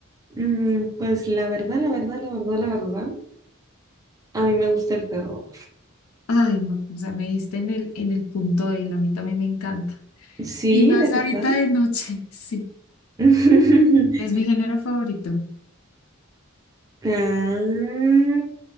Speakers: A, on the right; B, on the left.
A: Mm, pues la verdad, la verdad, la verdad, la verdad, a mí me gusta el terror.
B: Ay, no, o sea, me diste en el, en el punto de él, a mí también me encanta.
A: Sí,
B: Y más
A: de verdad.
B: ahorita de noche, <laughs> sí,
A: <laughs>
B: es mi género favorito.
A: Ah,